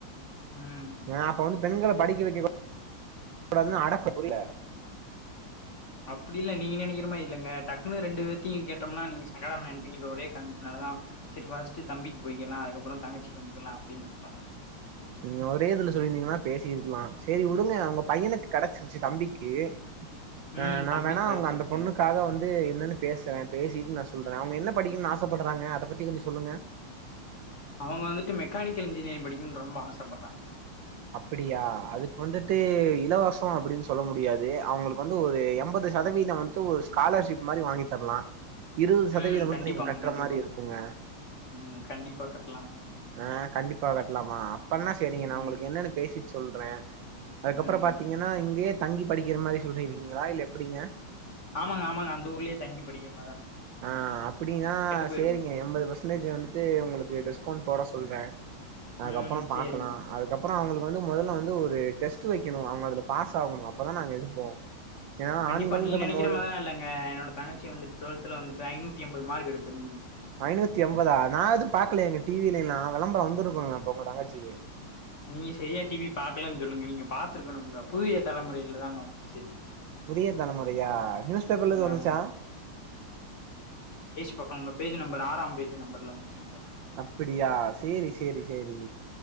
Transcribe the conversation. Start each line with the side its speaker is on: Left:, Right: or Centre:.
Left: ம்
Right: ஆ அப்ப வந்து பெண்கள படிக்க வெக்க <unintelligible> அடக்க புரியல
Left: அப்டிலா நீங்க நெனைக்கிற மாரி இல்லங்க டக்குன்னு ரெண்டு பேத்தையு கேட்டோம்னா நீங்க சங்கமா நெனைப்பீங்க ஒரே கார்ணத்துனாலதா செரி ஃபஸ்ட் தம்பிக்கு போய்கில்லா அதுக்கப்ரோ தங்கச்சிக் வந்துக்கலா அப்டின்னு நெனச்சொங்க
Right: நீங்க ஒரே இதுல சொல்லிருந்தீங்கன்னா பேசிருக்கலா செரி வுடுங்க அவங்க பையனுக் கெடச்சிருச்சி தம்பிக்கு
Left: ம்
Right: ஹ நா
Left: தம்பிக்கு
Right: வேணா
Left: கெடச்சிருச்சுங்க
Right: அவங்க அந்த பொண்ணுக்காக வந்து என்னன்னு பேசுற பேசிட்டு நா சொல்ற அவங்க என்ன படிக்கனு ஆசப்பட்றாங்க அத பத்தி கொஞ்சோ சொல்லுங்க
Left: அவங்க வந்துட்டு மெக்கானிக்கல் இன்ஜினியரிங் படிக்கனு ரொம்ப ஆசப்படுறாங்க
Right: அப்பிடியா அதுக் வந்துட்டு இலவசோ அப்டின் சொ சொல்ல முடியாது அவங்களுக் வந்து ஒரு எம்பது சதவீத <unintelligible> வந்து ஒரு ஸ்காலர்ஷிப் மாரி வாங்கி தரலா இருபது சதவீதம்
Left: உம்
Right: மட்டு
Left: கண்டிப்பாங்
Right: நீங்க கட்டுற
Left: கண்டிப்பா
Right: மாரி இருக்குங்க
Left: உம் கண்டிப்பா கட்லாங்க
Right: ஆ கண்டிப்பா கட்டலாமா அப்பனா செரிங்க நா
Left: ம்,
Right: உங்களுக்கு என்னன்னு பேசிட் சொல்றே அதுக்கப்பறோ
Left: ம்.
Right: பாத்தீங்கன்னா இங்கேயே தங்கி படிக்கிற மாரி சொல்ருக்கீங்களா இல்ல எப்டிங்க
Left: ஆமாங்க ஆமாங்க அந்த ஊர்லயே தங்கி படிக்கணு
Right: ஆ அப்டின்னா
Left: போயிருங்க.
Right: சேரிங்க எம்பது பர்சன்டேஜ் வந்துட்டு உங்களுக்கு டிஸ் கோன் போட சொல்ற அதுக்கப்றோ
Left: ம். சரிங்க.
Right: பாக்கலா அதுக்கப்றோ அவங்களுக் வந்து மொதல <unintelligible> இந்த ஒரு டெஸ்ட் வெக் கணு அவங்க அதுல பாஸ் ஆகணு அப்பதா நாங்க எடுப்போ ஏன்னா
Left: கண்டிப்பா
Right: ஆண்கள்ங்கும்
Left: நீ நெனக்கிற
Right: போது
Left: மாரிலா இல்லங்க என்னோட தங்கச்சி வந்து டுவெல்துல வந்து ஐநூதிஎம்பது மார்க் எடுத்திருந்
Right: ஐநூத்தி எம்பதா நா எதுவு பாக்கலயேங்க டிவிலிலா வெளம்பரோ வந் துருக்குங்க அப்ப உங்க தங்கச்சிக்கு
Left: நீங்க செரியா டிவி பாக்கலனு சொல்லுங்க நீங்க பாத்துருக்கணுங்க புதிய தலைமுறையிலதாங்க வந்ச்சு
Right: புதிய தலமுறையா நியூஸ் பேப்பர்ல எது வந்துச்சா
Left: ஆமாங்க. பக்கோ ம் பேஜி நம்பரு ஆறாம் பேஜி நம்பர்ல வந்ச்சுங்க
Right: அப்படியா சேரி சேரி சேரி